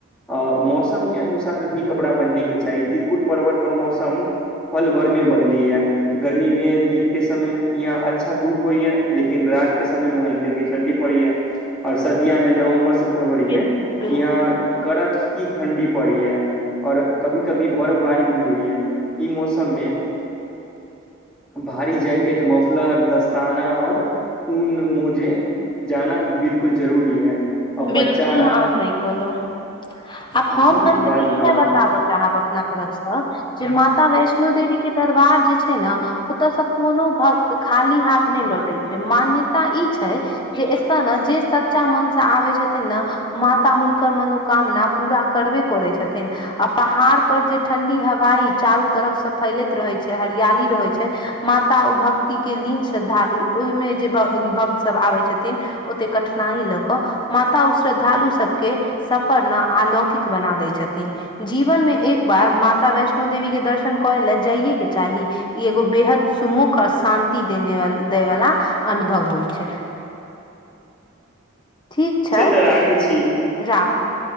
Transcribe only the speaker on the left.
बिल्कुल
बिल्कुल
बिलकुल
अहाॅं सही कहलौं आब हम
अन्त
मे इहे
बताब चाहब अपना तरफसँ जे माता वैष्णो देवी के दरबार जे छै ने ओतयसँ कोनो भक्त त खाली हाथ नहि लौटे छै, मान्यता ई छै जे एतऽ ने जे सच्चा मनस आबइ छै छथिन ने माता हुनकर मनोकामना पूरा करबे करै छथिन आ पहाड़ पर जे ठंडी हवाई चारू तरफ स फैलैत रहे छै हरियाली रहै छै माता ऊ भक्ति के लीन श्रद्धालु ओहिमे जे भ भक्त सब आबै छथिन ओते कठिनाइ लऽक माता ऊ श्रद्धालु सबके सफर ना आलौकिक बना दय छथिन जीवन मे एक बार माता वैष्णो देवी के दर्शन करै लए जाइएके चाही। ई एगो बेहद सुमुख आऔर शान्ति देने व देै वला अनुभव होइ छै। ठीक छै,
राखू।